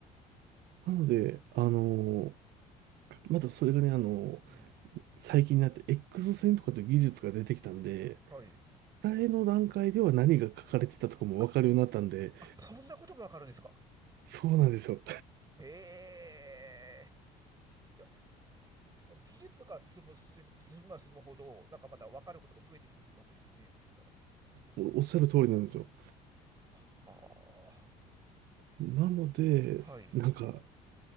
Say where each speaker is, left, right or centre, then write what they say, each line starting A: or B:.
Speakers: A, on the right; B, on the right.
A: なので、あの、またそれがね、あの、
B: うん、
A: 最近になって X 線とかという技術が出てきたんで、
B: はい。
A: 伝えの段階では何が書かれてたとかもわかるようになったんで、
B: あ、あ、そんなことがわかるんですか。
A: そうなんですよ。
B: へえ、じゃあ、ほ技術が進む、進む進めば進むほど、なんかまたわかることが増えてくるってわけですね、そしたら。
A: おおっしゃる通りなんですよ。
B: は
A: なので、
B: あ、はい。
A: なんか、